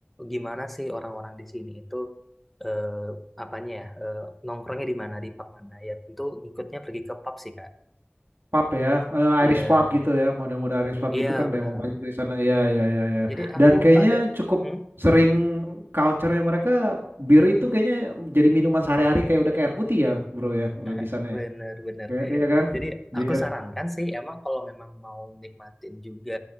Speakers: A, in the centre; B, on the right.
A: gimana sih orang-orang di sini itu eh, apanya ya, eh, nongkrongnya di mana, di pub mana. Ya tentu ngikutnya pergi ke pub sih, Kak.
B: Pub ya, Eh,
A: Iya,
B: Irish pub gitu ya, model-model Irish pub
A: iya
B: gitu kan
A: benar.
B: memang banyak di sana. Iya iya iya iya.
A: Jadi aku
B: Dan kayaknya
A: ada
B: cukup
A: hmm?
B: sering culture-nya mereka bir itu kayaknya jadi minuman sehari-hari kayak udah kayak air putih ya, bro ya, udah di
A: <laughs>
B: sana
A: Bener-bener.
B: ya. Iya iya kan?
A: Jadi aku
B: Bir.
A: sarankan sih emang kalau memang mau nikmatin juga